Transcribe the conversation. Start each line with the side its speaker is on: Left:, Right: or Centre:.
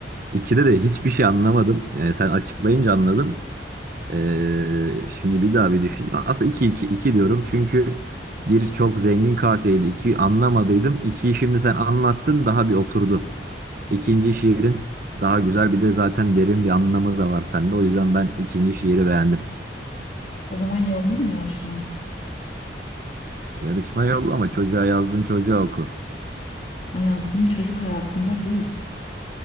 Right: İkide de hiçbir şey anlamadım. E, sen açıklayınca anladım. E, şimdi bir daha bir düşüneyim. Aslında iki iki iki diyorum çünkü bir çok zengin kafiyeydi. İki anlamadıydım. İkiyi şimdi sen anlattın daha bir oturdu. İkinci şiirin daha güzel bir de zaten derin bir anlamı da var sende. O yüzden ben ikinci şiiri beğendim.
Left: O zaman yollayayım mı yarışmaya?
Right: Yarışma yolla ama çocuğa yazdın çocuğa oku.
Left: Ay, Yazdığım çocuk hayatımda değil.